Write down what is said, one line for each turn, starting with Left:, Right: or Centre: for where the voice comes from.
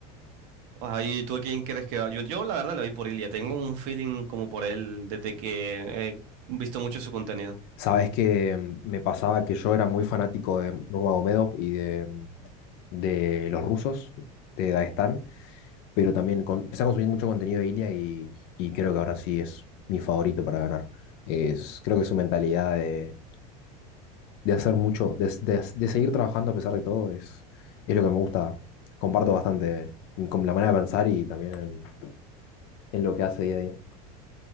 Right: Ahí, ¿tú a quién crees que va? Yo, yo, la verdad le voy por Ilia. Tengo un feeling como por él desde que he visto mucho su contenido.
Left: Sabes que mm, me pasaba que yo era muy fanático de Nurmagomedov y de, de los rusos, de Daguestán. pero también con- empecé a consumir mucho contenido de Ilia y, y creo que ahora sí es mi favorito para ganar. Es, creo que su mentalidad de, de hacer mucho, de, de- de seguir trabajando a pesar de todo, es, es lo que me gusta. Comparto bastante en- con la manera de pensar y también en, en lo que hace día a día.